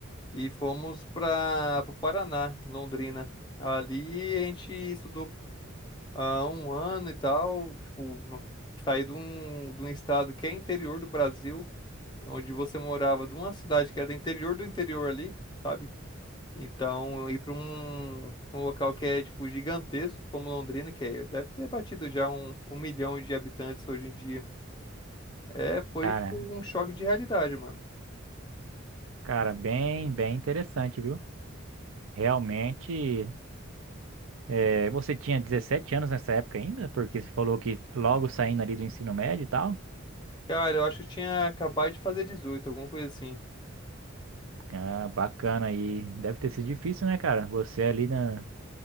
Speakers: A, on the left; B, on the right.
A: e fomos para o Paraná, em Londrina. Ali a gente estudou há um ano e tal, tipo, saí de um, de um estado que é interior do Brasil onde você morava, de uma cidade que era do interior do interior ali, sabe? Então, ir para um, pra um local que é, tipo, gigantesco, como Londrina, que é- deve ter batido já um, um milhão de habitantes hoje em dia. É, foi,
B: Cara,
A: tipo, um choque de realidade, mano.
B: cara, bem, bem interessante, viu? Realmente, é, você tinha 17 anos nessa época ainda? Porque você falou que logo saindo ali do ensino médio e tal.
A: Cara, eu acho que eu tinha acabado de fazer 18, alguma coisa assim.
B: Ah, bacana aí. Deve ter sido difícil, né, cara? Você ali na...